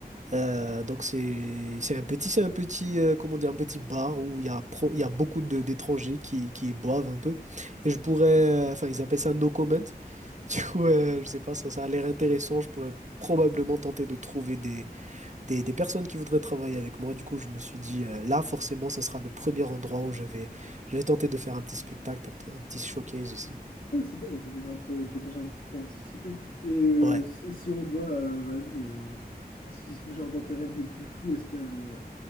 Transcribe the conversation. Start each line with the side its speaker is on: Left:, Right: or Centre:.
Right: Euh, donc c'est c'est un petit c'est un petit euh, comment dire un petit bar où il y a pro, il y a beaucoup de d'étrangers qui qui boivent un peu et je pourrais euh, enfin ils appellent ça no comment. <laughs> Du coup, euh, je sais pas ça ça a l'air intéressant. Je pourrais probablement tenter de trouver des des, des personnes qui voudraient travailler avec moi. Du coup, je me suis dit, euh, là, forcément, ce sera le premier endroit où je vais, je vais tenter de faire un petit spectacle, un petit, un petit showcase aussi.
Left: Ah, c'est bien, t'as déjà un peu, t'as déjà un petit peu anticipé. Et euh,
Right: Ouais.
Left: si si on doit, euh, vas-y, euh, si c'est genre dans tes rêves les plus fous, est-ce qu'il y a euh,